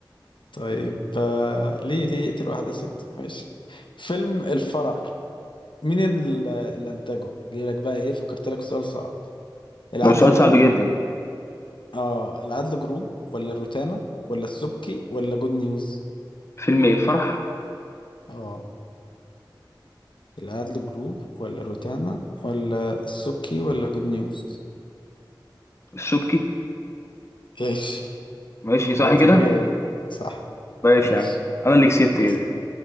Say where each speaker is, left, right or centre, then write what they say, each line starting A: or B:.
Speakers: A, on the left; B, on the left.
A: طيب آه، ليه ليه يقتل واحدة ست ماشي فيلم الفرح مين ال- اللي انتجه؟ جاي لك بقى ايه فكرت لك سؤال صعب العدل
B: لو سؤال
A: جروب
B: صعب جدا
A: اه العدل جروب ولا روتانا ولا السبكي ولا جود نيوز
B: فيلم ايه الفرح
A: اه العدل جروب ولا روتانا ولا السبكي ولا جود نيوز
B: الشبكي
A: ايش
B: ماشي صح
A: هو طبيعي
B: كده
A: صح
B: ماشي
A: ايش
B: يا عم انا اللي كسبت
A: ايش
B: كده